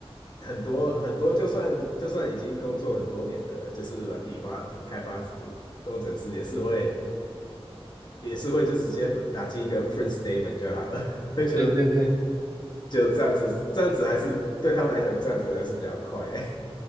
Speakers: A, on the left; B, on the right.
A: 很多很多，就算就算已经工作很多年的，就是软体发开发工程师也是会。也是会就直接打进一个 print statement 就好了，<laughs>
B: 对对对。
A: 就就这样子，这样子还是对他们来讲，这样子还是比较快。<laughs>